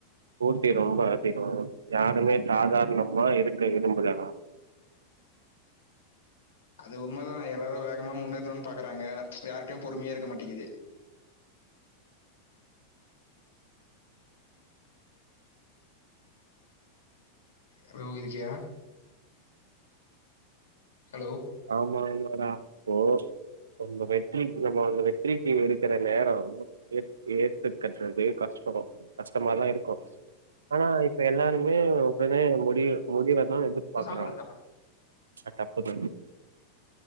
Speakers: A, on the right; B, on the left.
A: போட்டி ரொம்ப அதிகோ யாருமே சாதாரணமா இருக்க விரும்பல டா
B: அது உண்ம தா எல்லாரு வேகமா முன்னேறனுன்னு பாக்கறாங்க யாருட்டயு பொறுமையே இருக்க மாட்டிங்குது ஹலோ இருக்கியா ஹலோ
A: ஆமா ஆமாடா போ நம்ப வெற்றி நம்ம வெற்றிக்கி எடுக்கிற நேரம் ஏத் ஏத்துகற்றதே கஷ்டோ கஷ்டமாதா இருக்கு ஆனா இப்ப எல்லாருமே உடனே முடி முடிவ தா எடு பாக்குறோம்
B: சாப்பிட்றேன் சாப்பிட்றேன்
A: அ தப்புதா